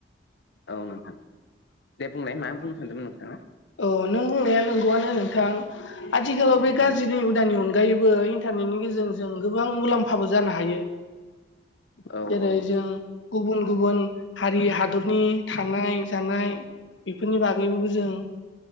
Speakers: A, on the left (about 70°); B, on the left (about 85°).
A: औ नोंथां दे बुंलाय मा बुंनो सानदोंमोन नोंथाङा!
B: औ नों बुंनाया नंगौआनो नोंथां आथिखालाव
A: औ
B: बे गाज्रिनि
A: औ
B: हुदानि उन बो इन्टारनेटनि गेजेरजों गोबां मुलाम्फ हाबो जानो हायो
A: औ
B: जेरै
A: औ
B: जों गुबुन गुबन हारि हा दरनि थानाय जानाय बेफोरनि बागैबोबो जों